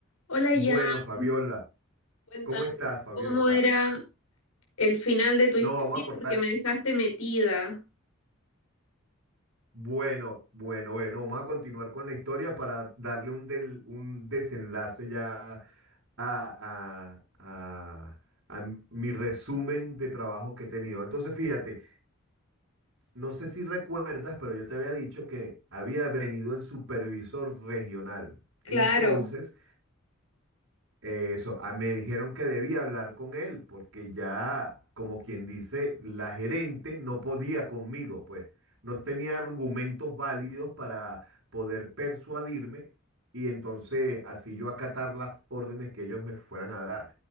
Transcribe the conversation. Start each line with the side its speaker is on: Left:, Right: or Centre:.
Left: Hola
Right: Bueno,
Left: Jan,
Right: Fabiola,
Left: cuéntame
Right: ¿cómo estás, Fabiola?
Left: cómo era el final de tu
Right: No,
Left: historia
Right: vamos a cortar.
Left: porque me dejaste metida.
Right: Bueno, bueno, bueno, vamos a continuar con la historia para darle un, del- un desenlace ya a, a- a- a mi resumen de trabajo que he tenido. Entonces, fíjate, no sé si recuerdas, pero yo te había dicho que había venido el supervisor regional.
Left: Claro,
Right: Entonces, eh, Eso, ah, me dijeron que debía hablar con él porque ya, como quien dice, la gerente no podía conmigo, pues no tenía argumentos válidos para poder persuadirme y entonces así yo acatar las órdenes que ellos me fueran a dar.